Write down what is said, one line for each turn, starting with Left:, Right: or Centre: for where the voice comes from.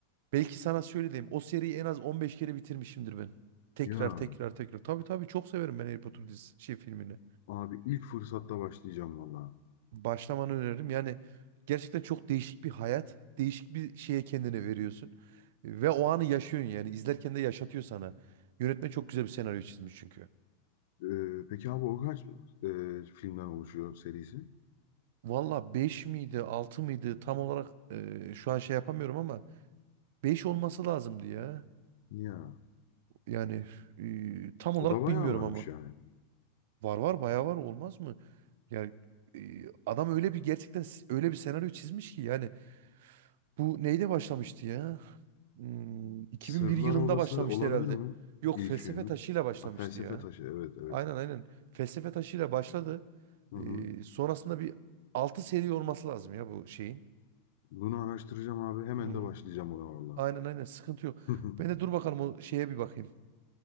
Right: Belki sana şöyle diyeyim. O seriyi en az 15 kere bitirmişimdir ben. Tekrar
Left: ya
Right: tekrar tekrar. Tabii tabii çok severim ben Harry Potter dizisi şey filmini.
Left: abi ilk fırsatta başlayacağım vallahi.
Right: Başlamanı öneririm. Yani gerçekten çok değişik bir hayat. Değişik bir şeye kendine veriyorsun. Ve o anı yaşıyorsun yani. İzlerken de yaşatıyor sana. Yönetmen çok güzel bir senaryo çizmiş çünkü.
Left: Ee, peki abi o kaç e, filmden oluşuyor serisi?
Right: Valla 5 miydi 6 mıydı tam olarak e, şu an şey yapamıyorum ama 5 olması lazımdı ya.
Left: Ya
Right: Yani e, tam olarak
Left: o da bayağı
Right: bilmiyorum
Left: varmış
Right: ama.
Left: yani.
Right: Var var bayağı var olmaz mı? Ya e, adam öyle bir gerçekten s- öyle bir senaryo çizmiş ki yani bu neyle başlamıştı ya? Hmm, 2001
Left: Sırlar
Right: yılında
Left: Odası
Right: başlamıştı
Left: olabilir
Right: herhalde.
Left: mi?
Right: Yok
Left: İlk
Right: felsefe
Left: filmi.
Right: taşıyla başlamıştı
Left: Ha, Felsefe
Right: ya.
Left: Taşı evet evet.
Right: Aynen aynen. Felsefe taşıyla başladı.
Left: Hı hı.
Right: E, sonrasında bir 6 seri olması lazım ya bu şeyin.
Left: Bunu araştıracağım abi. Hemen
Right: Hmm,
Left: de başlayacağım ona valla.
Right: Aynen aynen
Left: <laughs>
Right: sıkıntı yok.
Left: Hı
Right: Ben de dur bakalım o şeye bir bakayım.